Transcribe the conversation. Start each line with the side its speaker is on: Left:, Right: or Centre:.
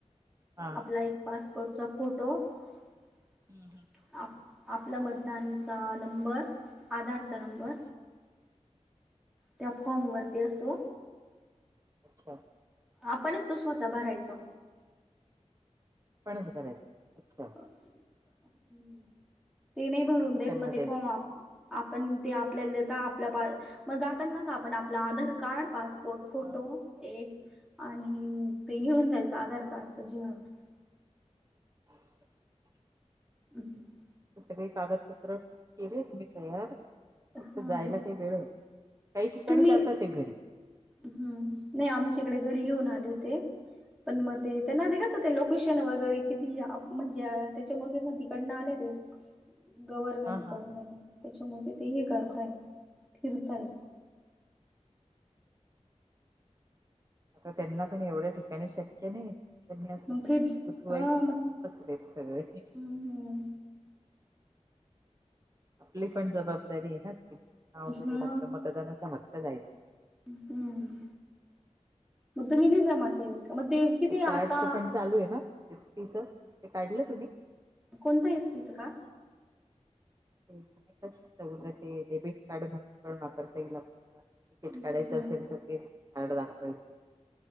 Right: हा
Centre: आपला एक पासपोर्टचा फोटो आप
Right: हम्म, हम्म.
Centre: आप आपला मतदानचा नंबर आधारचा नंबर
Right: अच्छा
Centre: त्या फॉर्मवरती असतो
Right: अच्छा.
Centre: आपणच तो स्वतः भरायचा.
Right: कोणाच भरायच अच्छा.
Centre: हम्म ते नाही भरून
Right: आणि मग
Centre: देत
Right: त्यांना
Centre: म
Right: द्यायचं
Centre: ते फॉर्म आप आपण ते आपल्याला देत आपल्या मग जातानाच आपण आपलं आधार कार्ड पासपोर्ट फोटो
Right: हा
Centre: एक आणि ते घेऊन जायचं आधार कार्डच झेरॉक्स.
Right: <inaudible>
Centre: <unintelligible>
Right: ते सगळी कागदपत्र केले तुम्ही तयार तिथ
Centre: हा
Right: जायला काही वेळ काही ठिकाणी
Centre: तुम्ही
Right: जाता ते घरी.
Centre: हम्म नाही आमच्याकडे घरी घेऊन आले होते. पण मग ते त्यांना ते कसं ते लोकेशन वगैरे किती म्हणजे त्याच्यामध्ये तिकडनं आले ते गव्हर्मेंट
Right: हा हा
Centre: कडन ते त्याच्यामध्ये ते हे करताय फिरताय.
Right: आता त्यांना पण एवढ्या ठिकाणी शक्य नाही त्यांनी अस
Centre: मग फिर
Right: <unintelligible> वाईस
Centre: हा मग
Right: असलेत सगळे.
Centre: हम्म हम्म
Right: आपली पण जबाबदारी आहे ना ती नाव
Centre: मग
Right: जाईल आपलं मतदानाचा हक्क जायचा.
Centre: हम्म मग तुम्ही नाही जमा केत का मग ते किती
Right: कार्डच
Centre: आता
Right: पण चालू आहे ना एस टी च ते काढलं तुम्ही?
Centre: कोणतं एस टी चं का.
Right: तेच सवलत आहे डेबिट कार्ड म्हणून पण वापरता येईल आपल्याला. टीकिट
Centre: हम्म
Right: काढायचं असेल तर तेच कार्ड दाखवायचं.